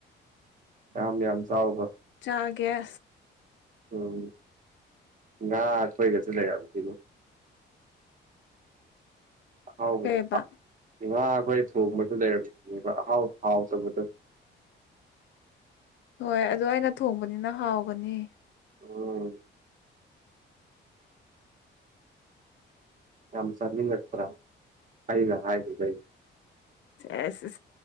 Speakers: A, on the right (about 40°); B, on the left (about 70°).
A: ꯌꯥꯝ ꯌꯥꯝ ꯆꯥꯎꯕ
B: ꯆꯥꯥꯒꯦ
A: ꯎꯝ ꯉꯥ ꯑꯗꫭꯏꯒꯁꯨ ꯂꯩꯔꯕꯁꯤꯕꯨ ꯑꯍꯥꯎꯕꯗꯨ
B: ꯀꯩꯕ
A: ꯑꯥ ꯉꯥ ꯈꯣꯏ ꯊꯣꯡꯕꯁꯨ ꯂꯩꯔꯝ ꯑꯍꯥꯎ ꯍꯥꯎ ꯇꯕꯗꯨ
B: ꯍꯣꯏ ꯑꯗꯨ ꯑꯩꯅ ꯊꯣꯡꯕꯅꯤꯅ ꯍꯥꯎꯒꯅꯤ
A: ꯎꯝ ꯌꯥꯝ ꯆꯥꯅꯤꯡꯉꯛꯇ꯭ꯔ ꯑꯩꯅ ꯍꯥꯏꯒꯤ ꯕꯩ
B: ꯑꯦꯁ